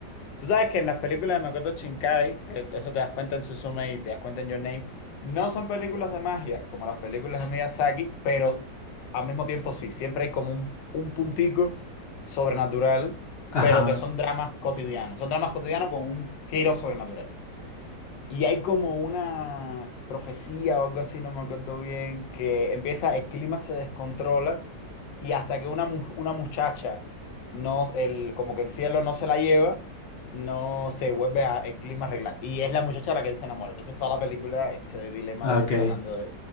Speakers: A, on the left; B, on the left.
A: Tú sabes que en las películas de Makoto Shinkai, que eso te das cuenta en Suzume y te das cuenta en Your Name, no son películas de magia como las películas de Miyazaki, pero al mismo tiempo sí, siempre hay como un, un puntico sobrenatural,
B: Ajá.
A: pero que son dramas cotidianos, son dramas cotidianos con un giro sobrenatural. Y hay como una profecía o algo así, no me acuerdo bien, que empieza, el clima se descontrola y hasta que una, mu- una muchacha, no, el, como que el cielo no se la lleva, no se vuelve a, el clima a arreglar. Y es la muchacha a la que él se enamora. Entonces toda la película es el dilema
B: Ah,
A: de
B: Ok.
A: él tratando de